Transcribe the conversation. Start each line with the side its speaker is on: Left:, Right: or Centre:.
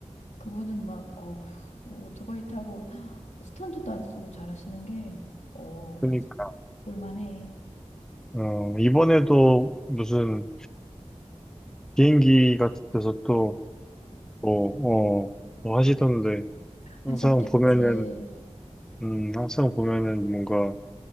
Left: 그분은 막 어, 오토바이 타고 스턴트도 안 쓰고 잘하시는 게 어,
Centre: 그러니까.
Left: 그래서 볼만해
Centre: 어, 이번에도 무슨 비행기 같은 데서 또, 뭐, 어, 뭐 하시던데, 항상
Left: 하셨겠지.
Centre: 보면은, 음, 항상 보면은 뭔가